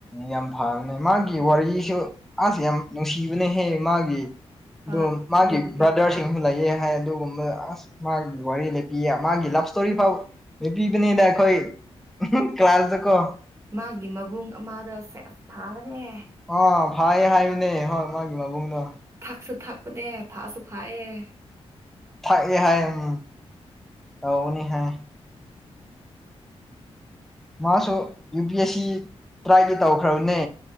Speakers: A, in the centre; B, on the right.
A: ꯌꯥꯝ ꯐꯕꯅꯦ ꯃꯥꯒꯤ ꯋꯥꯔꯤꯁꯨ ꯑꯁ ꯌꯥꯝ ꯅꯨꯡꯁꯤꯕꯅꯍꯦ ꯃꯥꯒꯤ
B: ꯍꯣꯏ
A: ꯑꯗꫭ ꯃꯥꯒꯤ
B: ꯑꯗꯨꯕꯨꯗꯤ
A: ꯕ꯭ꯔꯥꯗꯔꯁꯤꯡ ꯂꯩꯌꯦ ꯍꯥꯏ ꯑꯗꯨꯒꯨꯝꯕ ꯑꯁ ꯃꯥꯒꯤ ꯋꯥꯔꯤ ꯂꯦꯞꯄꯤꯌꯦ ꯃꯥꯒꯤ ꯂꯞ ꯁꯇꯣꯔꯤ ꯐꯥꯎ ꯂꯦꯄꯤꯕꯅꯤꯗ ꯑꯩꯈꯣꯏ ꯀ꯭ꯂꯥꯁꯇ ꯀꯣ
B: ꯃꯥꯒꯤ ꯃꯕꯨꯡ ꯑꯃꯗꯣ ꯁꯦꯁ ꯐꯥꯕꯅꯦ
A: ꯑꯥ ꯐꯥꯏ ꯍꯥꯏꯕꯅꯦ ꯍꯣꯏ ꯃꯥꯒꯤ ꯃꯕꯨꯡꯗꯣ
B: ꯊꯛꯁꯨ ꯊꯛꯄꯅꯦ ꯐꯥꯁꯨ ꯐꯥꯏꯌ‌ꯦ
A: ꯊꯛꯑ‌ꯦ ꯍꯥꯏ ꯎꯝ ꯇꯧꯅꯤ ꯍꯥꯏ ꯃꯥꯁꯨ ꯌꯨ ꯄꯤ ꯑꯦꯁ ꯁꯤ ꯇ꯭ꯔꯥꯏꯗꯤ ꯇꯧꯈ꯭ꯔꯕꯅꯦ